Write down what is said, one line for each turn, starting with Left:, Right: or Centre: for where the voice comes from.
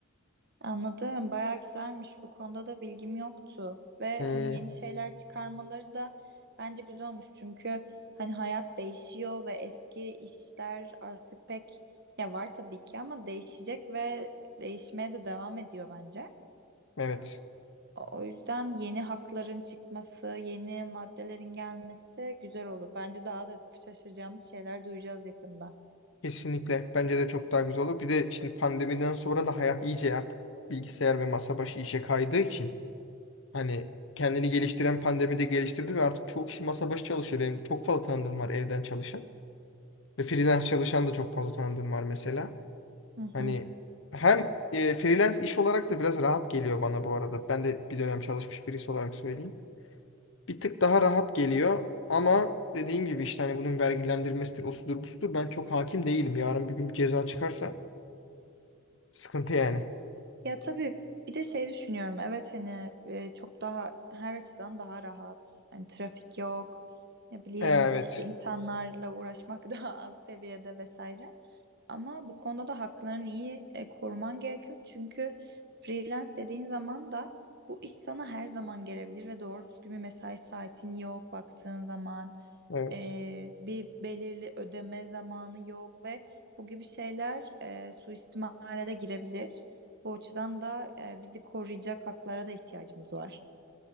Right: Anladım. Bayağı güzelmiş. Bu konuda da bilgim yoktu. Ve
Left: Hmm,
Right: hani yeni şeyler çıkarmaları da bence güzel olmuş. Çünkü hani hayat değişiyor ve eski işler artık pek ya var tabii ki ama değişecek ve değişmeye de devam ediyor bence.
Left: evet.
Right: O o yüzden yeni hakların çıkması, yeni maddelerin gelmesi güzel olur. Bence daha da şaşıracağımız şeyler duyacağız yakında.
Left: Kesinlikle. Bence de çok daha güzel olur. Bir de şimdi pandemiden sonra da hayat iyice artık bilgisayar ve masa başı işe kaydığı için hani kendini geliştiren pandemide geliştirdi ve artık çok kişi masa başı çalışıyor. Benim çok fazla tanıdığım var evden çalışan ve freelance çalışan da çok fazla tanıdığım var mesela.
Right: Hı
Left: Hani
Right: hı.
Left: hem e, freelance iş olarak da biraz rahat geliyor bana bu arada. Ben de bir dönem çalışmış birisi olarak söyleyeyim. Bir tık daha rahat geliyor ama dediğim gibi işte hani bunun vergilendirmesidir, osudur, busudur. Ben çok hakim değilim. Yarın bir gün bir ceza çıkarsa Sıkıntı yani.
Right: Ya tabii bir de şey düşünüyorum. Evet hani e, çok daha her açıdan daha rahat. Hani trafik yok. Ne bileyim
Left: Evet.
Right: işte insanlarla uğraşmak <laughs> daha az seviyede vesaire. Ama bu konuda da haklarını iyi e, koruman gerekiyor. Çünkü freelance dediğin zaman da bu iş sana her zaman gelebilir ve doğru düzgün bir mesai saatin yok baktığın zaman.
Left: Evet.
Right: E, bir belirli ödeme zamanı yok ve bu gibi şeyler e, suistimale de girebilir. Bu açıdan da e, bizi koruyacak haklara da ihtiyacımız var.